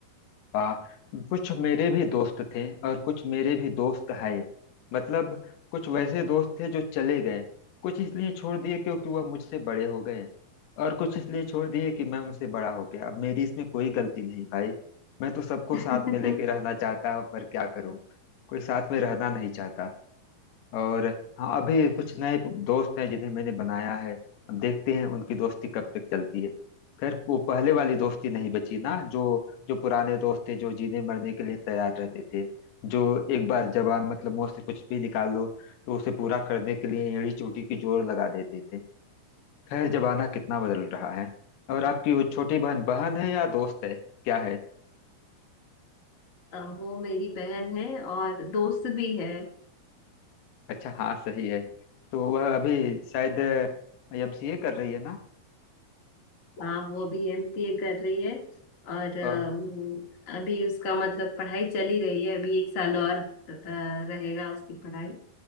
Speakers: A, on the left; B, on the left.
A: वाह कुछ मेरे भी दोस्त थे और कुछ मेरे भी दोस्त है मतलब कुछ वैसे दोस्त थे जो चले गए कुछ इसलिए छोड़ दिए क्योंकि वह मुझसे बड़े हो गए और कुछ इसलिए छोड़ दिए कि मैं उनसे बड़ा हो गया अब मेरी इसमें कोई गलती नहीं भाई मैं तो सबको
B: <laughs>
A: साथ
B: हम्म,
A: में लेके रहना चाहता हूं पर क्या करूं कोई साथ में रहना नहीं चाहता और हाँ अभी कुछ नए दोस्त हैं जिन्हें मैंने बनाया है अब देखते हैं उनकी दोस्ती कब तक चलती है खैर वो पहले वाली दोस्ती नहीं बची ना जो जो पुराने दोस्त थे जो जीने मरने के लिए तैयार रहते थे जो एक बार जबान मतलब मुंह से कुछ भी निकाल लो तो उसे पूरा करने के लिए एड़ी चोटी की जोर लगा देते थे खैर जमाना कितना बदल रहा है और आपकी वो छोटी बहन बहन है या दोस्त है क्या है
B: अ, वो मेरी बहन है और दोस्त भी है
A: अच्छा हाँ सही है तो वह अभी शायद एमसीए कर रही है
B: हाँ वो भी एमसीए कर रही है और अम,
A: ना
B: अभी उसका मतलब पढ़ाई चल ही रही है अभी एक साल और अ, रहेगा उसकी पढ़ाई